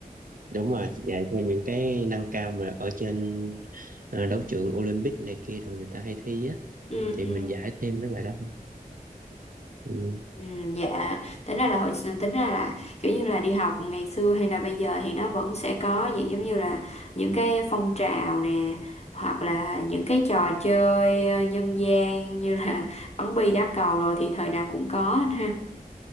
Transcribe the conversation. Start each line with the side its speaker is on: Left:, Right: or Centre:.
Right: đúng rồi dạy thêm những cái nâng cao mà ở trên ờ, đấu trường Olympic này kia thường người ta hay thi á
Left: Ừ,
Right: Ừ, thì
Left: ừ.
Right: mình giải thêm mấy bài đó ừ.
Left: Ừ, dạ tính ra là hồi tính ra là kiểu như là đi học ngày xưa hay là bây giờ thì nó vẫn sẽ có dạng giống như là những cái phong trào nè hoặc là những cái trò chơi ờ, nhân gian như là <laughs> bắn bi đá cầu rồi thì thời nào cũng có anh ha